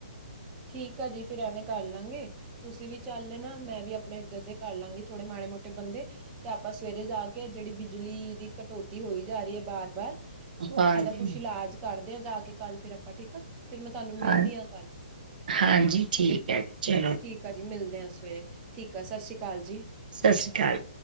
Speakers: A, on the right; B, on the right.
A: ਠੀਕ ਆ ਜੀ ਫੇਰ ਐਵੇਂ ਕਰ ਲਾਂਗੇ ਤੁਸੀਂ ਵੀ ਚੱਲ ਨਾ ਮੈਂ ਵੀ ਆਪਣੇ ਇੱਧਰ ਦੇ ਕਰ ਲਾਂਗੀ ਥੋੜੇ ਮਾ ਮਾੜੇ ਮੋਟੇ ਬੰਦੇ ਤੇ ਆਪਾਂ ਸਵੇਰੇ ਜਾ ਕੇ ਜੇੜੀ ਬਿਜਲੀ ਦੀ ਕਟੌਤੀ ਹੋਈ ਜਾ ਰੀ ਐ ਬਾਰ ਬਾਰ
B: ਹਾਂਜੀ
A: ਐਦਾ ਕੁੱਛ ਇਲਾਜ ਕਰਦੇ ਆ ਜਾ ਕੇ ਕੱਲ ਫੇਰ ਆਪਾਂ ਠੀਕ ਆ ਫੇਰ ਮੈਂ ਤੁਹਾਨੂੰ ਮਿਲਦੀ
B: ਹਾਂ
A: ਆ ਕੱਲ੍ਹ
B: ਹਾਂਜੀ ਠੀਕ ਐ ਜੀ ਚਲੋ ।
A: ਠੀਕ ਆ ਜੀ ਮਿਲਦੇ ਆ ਸਵੇ ਠੀਕ ਆ ਸਤਿ ਸ੍ਰੀ ਅਕਾਲ ਜੀ।
B: ਸਤਿ ਸ਼੍ਰੀ ਅਕਾਲ।